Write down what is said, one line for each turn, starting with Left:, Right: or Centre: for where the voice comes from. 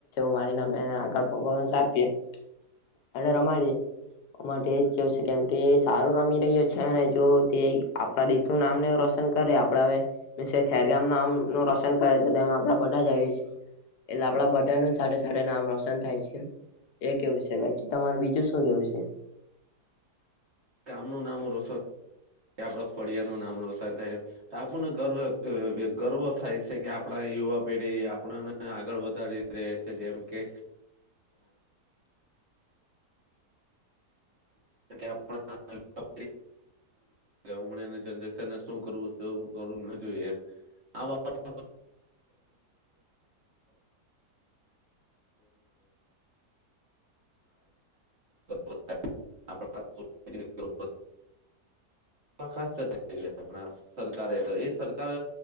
Left: માને આગળ પરફોમસ આપયે. અને રમાડીએ. માટે એ કેવું છે કેમ કે સારું રમી રહ્યો છે અને જો તે આપણા દેશનું નામ ને રોશન રોશન કરે. આપડા હવે મ ખેરગામ નામ નું રોશન કરે છે આપડે બધા જ આવી જઈએ છે. એટલે આપડા બધા નું સાથે સાથે નામ રોશન થાય છે એ કેવું છે બાકી તમારું બીજું શું કેવું છે?
Right: ગામનું નામ રોશન કે આપડા ફળિયા નું નામ રોશન થાય તો આપણને ગર્વ ગર્વ થાય છે કે આપણા યુવા પેઢી આપણને આગળ વધારી રેહ છે જેમ કે આપડા <inaudible> હમંનેના જનરેશન શું કરવું જોઈ, શું કરવું ન જોઈએ આ બાપબને <unintelligible> <unintelligible> <unintelligible> ખાસ ચર્ચા <unintelligible> આપણા સરકારે તો, એ સરકાર